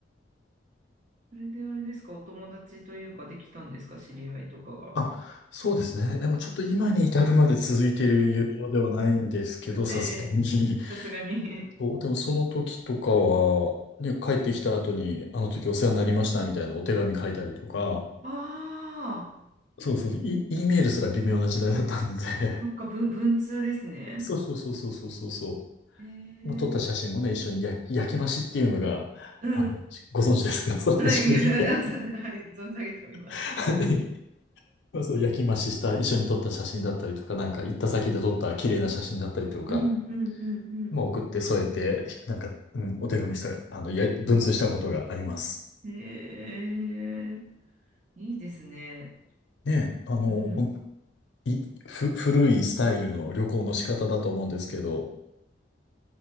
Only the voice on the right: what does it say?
それであれですか、お友達というか、できたんですか、知り合いとかが。
ええさすがに。
ああ、
そっか、文、文通ですね。
ええ
うん。
はい、<laughs> あさはい、存じ上げております。
<laughs>
うんうんうん
うん。ええいいですね。
うん。